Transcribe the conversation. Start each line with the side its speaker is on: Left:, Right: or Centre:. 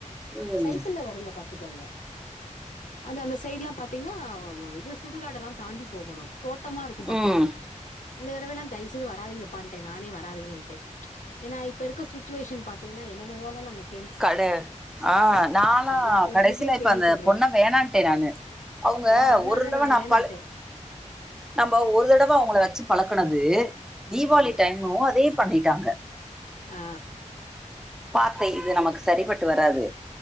Centre: ம்
Left: சைக்கிள்ல வருங்க பாத் த்துகங்க அது அந்த சைட்ல்லா பாத்தீங்கன்னா வ வ இது சுடுகாடெல்லா தாண்டி போகணு தோட்டமா இருக்கு பாத்துக்கங்க
Centre: ம்
Left: இந்த தடவை எல்லா தய்வு செய்து வராதீங்கப்பான்ட நானே வராதிங்ன்டே ஏன்னா இப்ப இருக்க சுச்சுவேஷன் பாத்தீங்கன்னா என்னென்னவோலா நமைக்
Centre: கட ஆ நானா
Left: எப் எப்டி
Centre: கடசியில
Left: எப்டியோ
Centre: இப்ப
Left: கேள்விப்படுறோ
Centre: அந்த பொண்ண வேணான்ட்டே நானு அவுங்க
Left: ஆ அதனால
Centre: ஒரு தடவ நா
Left: வேணான்ட்டே
Centre: பழ நம ஒரு தடவ அவங்க வச்சி பழக்கனது தீபாவளி
Left: ம்
Centre: டைமு அதே பண்ணிட்டாங்க
Left: ஆ
Centre: பாத்தே இது நமக்கு சரிப்பட்டு வராது